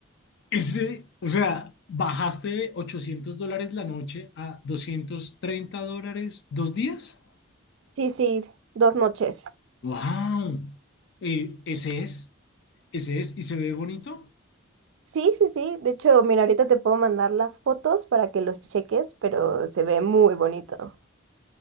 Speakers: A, on the left; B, on the right.
A: Ese, o sea, bajaste de 800 dólares la noche a 230 dólares dos días.
B: Sí, sí, dos noches.
A: Wow. ese es, ese es, y se ve bonito.
B: Sí, sí, sí. De hecho, mira, ahorita te puedo mandar las fotos para que los cheques, pero se ve muy bonito.